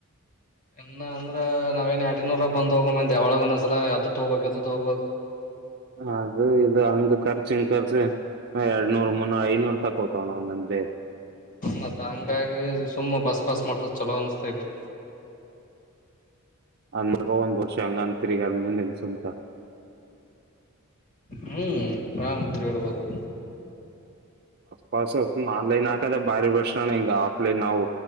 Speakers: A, on the left; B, on the right.
A: ಇನ್ನ ಅಂದ್ರ ನಾವೇನ್ ಎಟನೂರ ಬಂದ್ ಹೋಗ ಮತ್ ಯಾವಳಗ ಒಂದ್ಸಲ ಯತ್ ತೋಗ್ಬೇಕಕ್ ಇ ತೋಗಬಬೇಕಕ್
B: ಅದು ಇದು ಹಂಗ ಕರ್ ಸಿಂಕರ್ಸ ಎರಡ್ನೂರ್ ಮುನ್ನೂರ ಐನೂರ್ ತಕೋತವ ನ ನಂದೆ
A: ಹತ್ತ ಹಂಗಾಗಿ ಸುಮ್ಮ ಬಸ್ ಫಾಸ್ಟ್ ಮಾಡ್ಸೋ ಚಲೋ ಅಿಸ್ತತೆ
B: ಅಂದಕ ಒಂದು ವರ್ಷ ಅಂಗಾನ ತಿರಿಗಾರ ಮುಂದೆ ಸುಟ
A: ಹೂ ಆರಾಮ್ ತಿರುಗಬಹುದು
B: ಬಾಸು ಆನ್ಲೈನ್ ಹಾಕದ ಬಾರಿ ಬೇಸ್ಣ್ಟ. ಹಿಂಗ ಆಫ್ಲೈನ್ ನಾವು